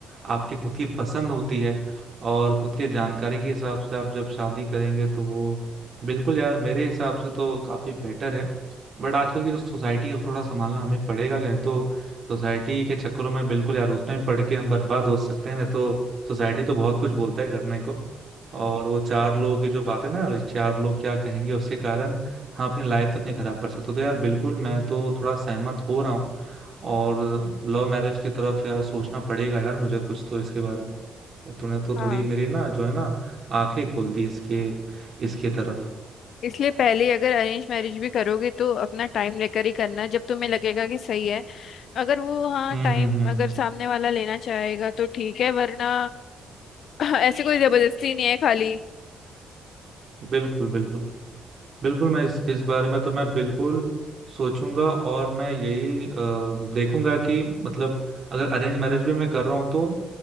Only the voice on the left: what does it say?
हाँ
इसलिए पहले ही अगर अरेंज मैरिज भी करोगे तो अपना टाइम लेकर ही करना जब तुम्हें लगेगा कि सही है अगर वो हाँ
टाइम
अगर सामने वाला लेना चाहेगा तो ठीक है वरना <laughs> ऐसी कोई जबरदस्ती नहीं है खाली